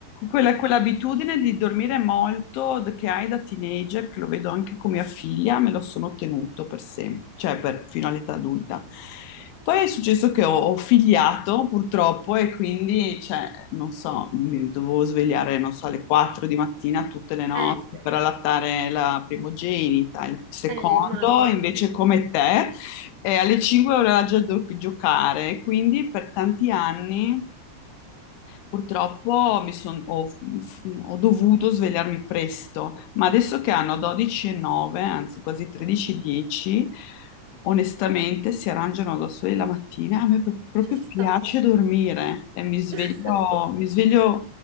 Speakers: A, on the left (about 85°); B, on the right (about 65°).
A: quella- quell'abitudine di dormire molto d- che hai da teenager, che lo vedo anche con mia figlia, me lo sono ottenuto per sempre, cioè per- fino all'età adulta. Poi è successo che ho, ho figliato purtroppo e quindi, cioè, non so, mi dovevo svegliare, non so, alle 4 di mattina tutte le notti
B: Eh, sì.
A: per allattare la primogenita, il secondo
B: Eh, immagino.
A: invece come te e alle 5 voleva già do- giocare, quindi per tanti anni Purtroppo mi son- ho, ho dovuto svegliarmi presto, ma adesso che hanno 12.09, anzi quasi 13.10, onestamente si arrangiano da soli la mattina. A me pro- proprio
B: Ci sta.
A: piace dormire e mi sveglio,
B: <laughs>
A: mi sveglio,